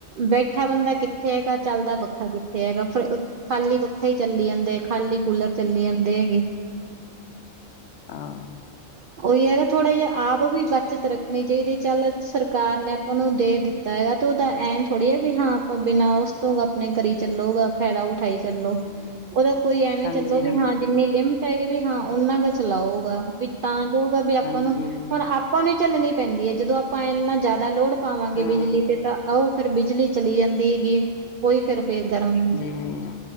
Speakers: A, on the right; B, on the left.
A: ਬੈਠਾ ਬੰਦਾ ਕਿੱਥੇ ਹੈਗਾ ਚੱਲਦਾ ਪੱਖਾ ਕਿੱਥੇ ਐ ਗਾ ਫੇਰ ਖਾਲੀ ਪ ਚੱਲੀ ਜਾਂਦੇ ਐ ਖਾਲੀ ਕੂਲਰ ਚੱਲੀ ਜਾਂਦੇ ਹੈਗੇ।
B: ਹਾਂ,
A: ਉਹੀ ਹੈਗਾ ਥੋੜਾ ਜਿਹਾ ਆਪ ਵੀ ਬੱਚਤ ਰੱਖਣੀ ਚਾਹੀਦੀ ਐ ਚੱਲ ਸਰਕਾਰ ਨੇ ਆਪਾਂ ਨੂੰ ਦੇ ਦਿੱਤਾ ਹੈਗਾ ਤੇ ਉਹਦਾ ਐ ਥੋੜ੍ਹੀ ਐ ਵੀ ਹਾਂ ਆਪਾਂ ਬਿਨਾਂ ਉਸ ਤੋਂ ਆਪਣੇ ਕਰੀ ਚੱਲੋਗਾ ਫਾਇਦਾ। ਬਠਾਈ ਚੱਲੋ,
B: ਹਾਂਜੀ
A: ਉਹਦਾ ਕੋਈ ਐਵੇਂ
B: ਹਾਂਜੀ
A: ਚੱਲੋ ਵੀ
B: ਹਾਂਜੀ
A: ਹਾਂ ਜਿੰਨੇ ਲਿੰਮ ਹੈਗੇ ਵੀ ਹਾਂ ਉਹਨਾ ਦਾ ਚਲਾਉਗਾ ਵੀ ਤਾਂ ਜੋਊਗਾ ਵੀ ਆਪਾਂ
B: ਹਾਂਜੀ
A: ਨੂੰ ਹੁਣ ਆ ਆਪਾਂ ਨੂੰ ਝੱਲਣੀ ਪੈਂਦੀ ਐ ਜਦੋਂ ਆਪਾਂ ਇੰਨਾ ਜ਼ਿਆਦਾ ਲੋੜ ਪਾਵਾਂਗੇ
B: ਹਾਂ
A: ਬਿਜਲੀ ਤੇ ਤਾਂ ਉਹ ਫਿਰ ਬਿਜਲੀ ਚਲੀ ਜਾਂਦੀ ਹੈ ਗੀ ਉਹੀ ਫਿਰ ਫੇਰ ਗਰਮੀ
B: ਹੂੰ,